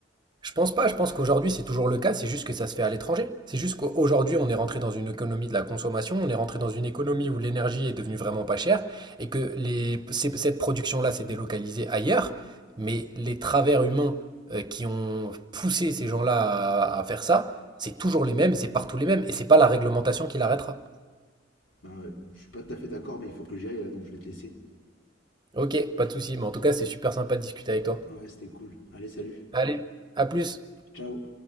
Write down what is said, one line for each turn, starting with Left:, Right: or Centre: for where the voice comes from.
Right: Je pense pas, je pense qu'aujourd'hui c'est toujours le cas, c'est juste que ça se fait à l'étranger. C'est juste qu'aujourd'hui on est rentré dans une économie de la consommation, on est rentré dans une économie où l'énergie est devenue vraiment pas chère et que les, ces- cette production-là s'est délocalisée ailleurs, mais les travers humains euh, qui ont poussé ces gens-là à, à faire ça, c'est toujours les mêmes, c'est partout les mêmes et c'est pas la réglementation qui l'arrêtera.
Left: Ben ouais, je suis pas tout à fait d'accord, mais il faut que j'y aille là, donc je vais te laisser.
Right: Ok, pas de souci, mais en tout cas c'est super sympa de discuter avec toi.
Left: Ouais, c'était cool. Allez, salut.
Right: Allez, à plus.
Left: Ciao.